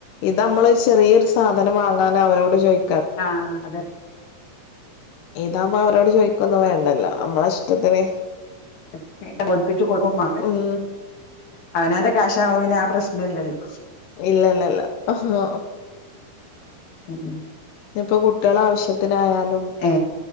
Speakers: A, on the left (about 80°); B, on the left (about 65°).
A: ഇത് നമ്മൾ ഒരു ചെറിയൊരു സാധനം വാങ്ങാ അവരോട് ചോയി
B: ആ അതെ
A: ഇതാവുമ്പോ അവരോട് ചോയിക്കൊന്നും വേണ്ടല്ലോ അമ്മളിഷ്ടത്തിന്
B: <unintelligible> ഒപ്പിച്ചു കൊട്ക്കുമ്മ
A: ഉം
B: അവനാന്റെ കാശാവുമ്പോ പിന്നെ ആ പ്രശ്നല്ലല്ലോ
A: ഇല്ല ഇല്ല ഇല്ല ആഹാ
B: ഉം
A: ഇപ്പൊ കുട്ടികളെ ആവശ്യത്തിനായാലും
B: ഏ